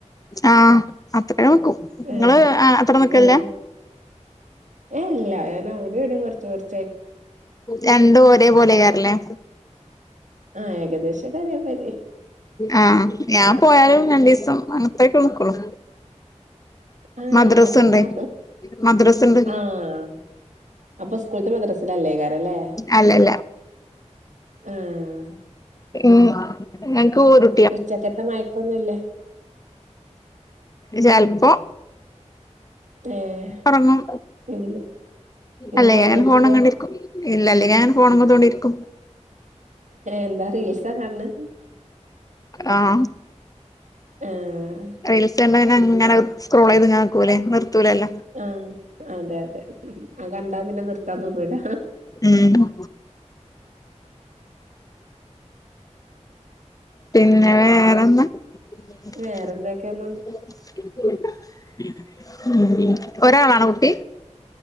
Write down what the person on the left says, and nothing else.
ആഹ് അത്ര നക്കും നിങ്ങള്
അത്ര നിക്കല്ല
രണ്ടും ഒരേ പോലെയാറല്ലേ
ആഹ് ഞാൻ പോയാലും രണ്ടു ദിവസം അങ്ങനത്തക്കെ നിക്കോളൂ
മദ്രസുണ്ട്
മദ്രസുണ്ട്
അല്ലല്ല
ഉമ് ഞങ്ങൾക്കൊരു
ചെലപ്പോ
ഉറങ്ങും
അല്ലെ
അങ്ങനെ ഫോണും കണ്ടിരിക്കും ഇല്ല അല്ലെ ഞാൻ ഫോൺമേ തൊണ്ടിയിരിക്കും
ആഹ്
റയിൽസണ്ട അങ്ങനെ സ്ക്രോൾ ചെയ്ത് നാക്കൂലേ നിർത്തൂലല്ല
ഉമ് പിന്നെ വേറെന്താ <unintelligible>
ഉമ് ഉമ് ഒരാളാണോ കു